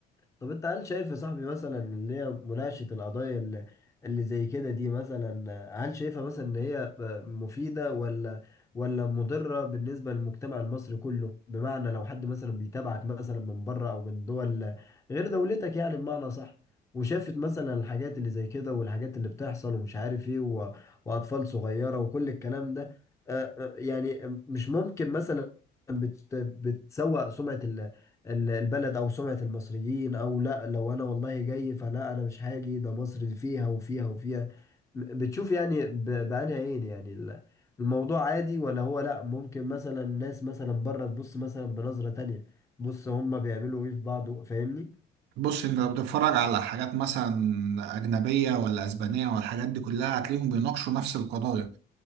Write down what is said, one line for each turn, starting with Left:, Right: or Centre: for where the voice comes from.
Left: طب انت هل شايف يا صاحبي مثلا ان هي مناقشة القضايا اللي, اللي زي كده دي مثلا هل شايفها مثلا ان هي مفيدة ولا ولا مضرة بالنسبة للمجتمع المصري كله بمعنى لو حد مثلا بيتابعك مثلا من بره او من دول غير دولتك يعني بمعنى صح وشافت مثلا الحاجات اللي زي كده والحاجات اللي بتحصل ومش عارف ايه و... واطفال صغيرة وكل الكلام ده اه، اه، يعني مش ممكن مثلا بت... بتسوء سمعة ال... ال- البلد او سمعة المصريين او لا لو انا والله جاي فلا انا مش هاجي ده مصر دي فيها وفيها وفيها م- بتشوف يعني ب- بأنهي عين يعني ال- الموضوع عادي ولا هو لا ممكن مثلا الناس مثلا بره تبص مثلا بنظرة تانية بص هما بيعملوا ايه في بعض فاهمني
Right: بص انت لو بتتفرج على حاجات مثلا أجنبية ولا أسبانية والحاجات دي كلها هتلاقيهم بيناقشوا نفس القضايا